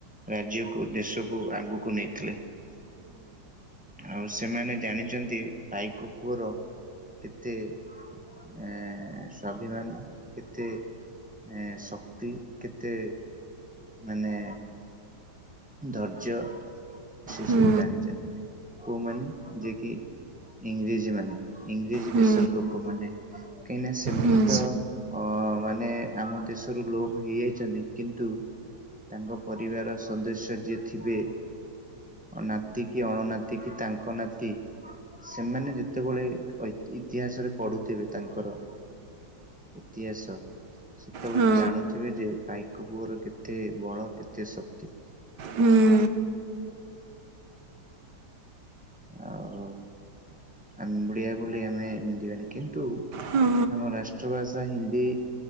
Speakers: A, in the centre; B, on the right.
A: ରାଜ୍ୟକୁ ଦେଶକୁ ଆଗୁକୁ ନେଇଥିଲେ। ଆଉ ସେମାନେ ଜାଣିଚନ୍ତି ପାଇକପୁଅର କେତେ ଏଁ ସ୍ୱାଭିମାନ କେତେ ଏ ଶକ୍ତି କେତେ ମାନେ ଧୈର୍ଯ୍ୟ ସେ
B: ହୁଁ
A: ସବୁ ଜାଣିଚନ୍ତି। କୋଉମାନେ ଯିଏ କି ଇଂରେଜମାନେ ଇଂରେଜ
B: ହୁଁ
A: ଦେଶର ଲୋକମାନେ କାହିଁକି ନା ସେମାନେ
B: ହୁଁ
A: ତ ଅ ମାନେ ଆମ ଦେଶରୁ ଲୋପ ହେଇଯାଇଚନ୍ତି କିନ୍ତୁ ତାଙ୍କ ପରିବାର ସଦସ୍ୟ ଯିଏ ଥିବେ ନାତି କି ଅଣନାତି କି ତାଙ୍କ ନାତି ସେମାନେ ଯେତବଳେ ଐ ଇତିହାସରେ ପଢୁଥିବେ ତାଙ୍କର ଇତିହାସ ସେତବେଳେ
B: ହଁ
A: ସେ ଜାଣୁଥିବେ ଯେ ପାଇକପୁଅର କେତେ ବଳ କେତେ ଶକ୍ତି।
B: ହୁଁ।
A: ଆଉ ଆମ ଭଳିଆ ବୋଲି ଆମେ ନିନ୍ଦିବାନି କିନ୍ତୁ
B: ହଁ
A: ଆମ ରାଷ୍ଟ୍ର ଭାଷା ହିନ୍ଦୀ।